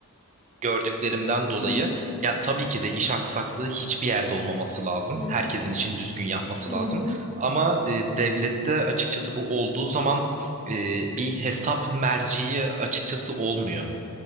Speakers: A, on the right; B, on the left.
A: gördüklerimden dolayı
B: Hı hı.
A: ya tabii ki de iş aksaklığı hiçbir yerde olmaması lazım.
B: Hı hı.
A: Herkesin için düzgün yapması
B: Hı
A: lazım.
B: hı.
A: Ama e, devlette açıkçası bu olduğu zaman e, bir hesap merciği açıkçası olmuyor.